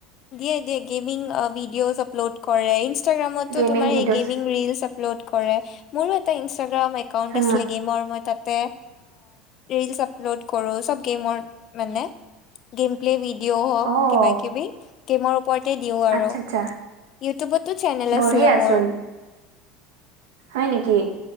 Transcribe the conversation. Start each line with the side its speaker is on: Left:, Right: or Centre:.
Left: দিয়ে দিয়ে গেমিং ভিডিঅ' আপলোড কৰে ইনষ্টাগ্ৰামটো
Right: গেমিং
Left: তোমাৰ
Right: videos.
Left: hey Gaming reels upload কৰে, মোৰো এটা ৰীলচ ইনষ্টাগ্ৰাম একাউণ্ট
Right: হা,
Left: আছিলে গেমৰ মই তাত তাতে ৰীলচ আপলোদ কৰোঁ চব গেমৰ মানে গেম প্লে দিও হওক
Right: অ',
Left: কিবা কিবি গেমৰ ওপৰতে দিও আৰু
Right: আচ্ছা আচ্ছা।
Left: ইউটিউবতো চেনেল
Right: বঢ়িয়াচোন
Left: আছিলে মোৰ
Right: হয় নেকি?